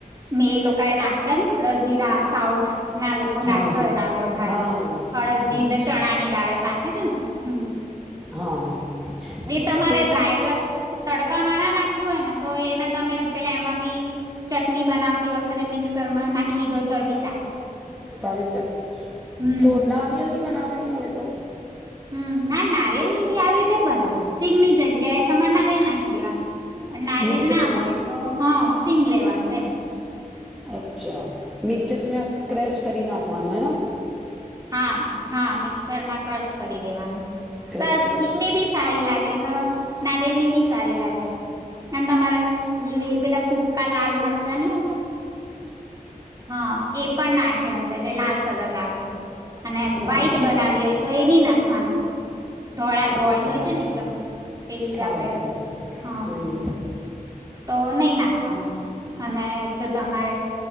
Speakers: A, on the right; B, in the centre.
A: મેં લોકોએ રા <unintelligible> અળડ ની દાર સાઉથ ના લોકો
B: હા
A: નાખતા
B: હા
A: હોય દાળ વઘારમાં,
B: હા
A: અળદ ની
B: અચ્છા
A: ચણા ની દાળ નાખે છે ને, હમ્મ.
B: હા.
A: એ તમારે
B: તો
A: ડ્રાય પેલા તડકા મા ના નાખું હોય ને તો એને તમે પેલા એમાં પી ચટણી બનાવતી વખતે મિક્સર માં નાખી દો તો બી ચાલે,
B: તારી ચાલ
A: હમ્મ.
B: તો નારિયેલની બનાવેની હવે તો
A: હમ્મ ના નાર ની આવીતે જ બનાવવાની સિંગ ની જગ્યાએ તમારે નારિયેલ નાખી ખીદેવનું. નારિયલ
B: મિક્ચરમાં
A: ના હોય તો હા સિંગ લેવાનું એમ.
B: અચ્છા મિક્ચર ને ક્રેશ કરી નાખવાનું હેના.
A: હા હા મિક્સરમાં ક્રશ કરી દેવાનું
B: ક્રેશ
A: સરસ
B: કરી
A: ધી
B: નાખવાનું.
A: બી સારી લાગે. નારિયેલ ની બી સારી લાગે. અને તમારે લ પેલા સુકા લાલ મર ચા નઈ આવતા. હા એ પણ નાખે અંદર તે લાલ કલર લાવે. અને
B: હા
A: વ્હાઈટ
B: હા
A: બનાવી હોય તો એ નઈ નાખવાનું. ધોળા ધોળી
B: અચ્છા
A: હોય છે ને એકદમ પેલી
B: સારું
A: આપડે
B: સારું
A: હા.
B: હમ
A: તો નહી નાખવાનું અને જો તમારે